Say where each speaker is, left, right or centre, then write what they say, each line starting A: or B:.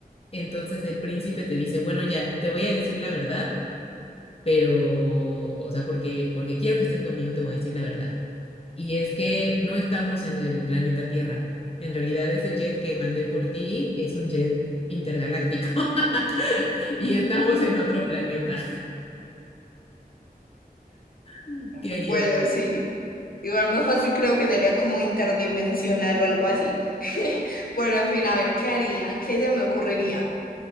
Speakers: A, on the left (about 35°); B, on the left (about 65°).
A: entonces el príncipe te dice, bueno, ya, te voy a decir la verdad, pero, o sea, porque, porque quiero que estés conmigo, te voy a decir la verdad. Y es que no estamos en el planeta Tierra. En realidad, ese jet que mandé por ti es un jet intergaláctico <laughs> y estamos en otro planeta. <laughs> ¿Qué harías?
B: Bueno, sí. Igual más fácil creo que sería como interdimensional o algo así. <laughs> Bueno, en fin, a ver, ¿qué haría? ¿Qué se me ocurriría?